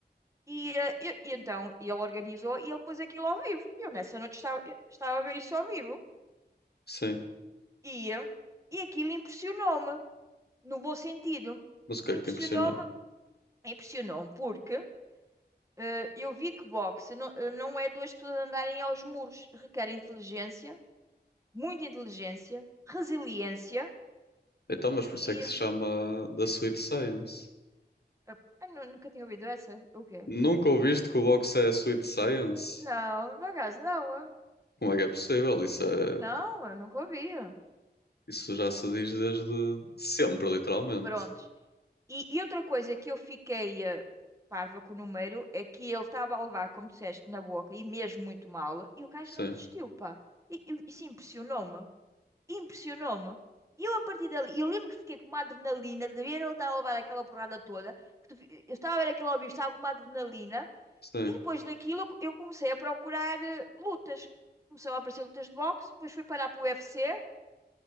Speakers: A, on the right; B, on the left.
A: E, eh, e- e então ele organizou e ele pôs aquilo ao vivo. Eu nessa noite estava, eu estava a ver isso ao vivo.
B: sim.
A: E, eh, e aquilo impressionou-me, no bom sentido.
B: Mas o que
A: Impressionou-me,
B: é que te impressionou?
A: impressionou-me porque Eh, eu vi que boxe não, eh, não é duas pessoas andarem aos muros, requer inteligência, muita inteligência, resiliência
B: Então, mas por
A: e.
B: isso é que se chama da Sweet Science.
A: eh, ah, nu- nunca tinha ouvido essa? O quê?
B: Nunca ouviste que o boxe é Sweet Science?
A: Não, por acaso não, eu-
B: Como é que é possível? Isso é,
A: não, eu nunca ouvia
B: isso já se diz desde sempre, literalmente.
A: Prontos. E, e outra coisa que eu fiquei eh, parva com o número é que ele estava a levar, como disseste, na boca e mesmo muito mal, e o gajo
B: Sim,
A: não desistiu, pá. E, e isso impressionou-me. impressionou-me. E eu a partir dali, eu lembro que fiquei com uma adrenalina de ver ele estar a levar aquela porrada toda, que tu fi- eu estava a ver aquele ao vivo, estava com uma adrenalina,
B: sim.
A: e depois daquilo eu co- eu comecei a procurar eh, lutas. Começou a aparecer lutas de boxe, depois fui parar para o UFC,